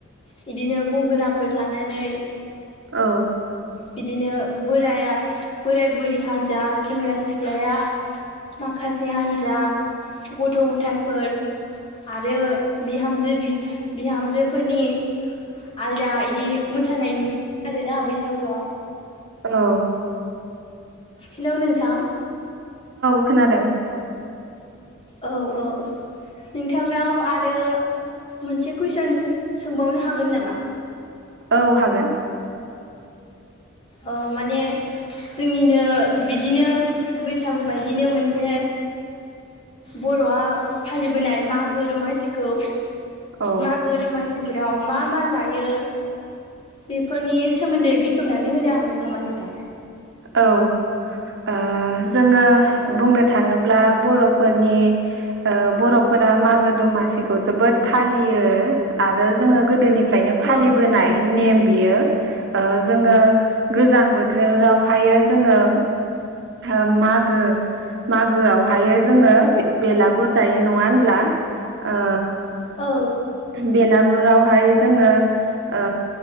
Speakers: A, on the left; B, on the right.
A: बिदिनो गंगोना फोर लानानै
B: औ।
A: बिदिनो बोराय बोराय बुरि हान्जा सेंग्रा सिख्लाया माखासे हान्जा गथ' गथाय फोर। आरो बिहामजो बिहामजो फोरनि आलदा इदि मोसानाय आरोना बैसागु आव।
B: औ।
A: हेल' नोंथां।
B: खोनादों?
A: औ औ नोंथांनाव आरो मोनसे कुइसन सोंबावनो हागोन नामा?
B: औ हागोन।
A: औ माने जोंनिनो बिदिनो बैसागु बायदिनो मोनसे बर'आ फालिबोनाय मागो दमासिखौ
B: औ
A: मागो दमासि फोराव मा मा जायो बेफोरनि सोमोन्दै बेखेवना नि होनो हागोन नामा नोंथां?
B: औ ओ जोङो
A: औ
B: बुंनो थाङोब्ला बर' फोरनि ओ बर'फोरा मागो दमासिखौ जोबोद फालियो आरो जोङो गोदोनि फ्रायनो फालिबोनाय
A: औ
B: नेम बियो ओ जोंङो गोजां बोथोराव हायो जोंङो मागो मागोआवहायो जोङो बेलागुर जायो नङा होनब्ला ओ?
A: औ
B: बेलागुरावहाय जोङो ओ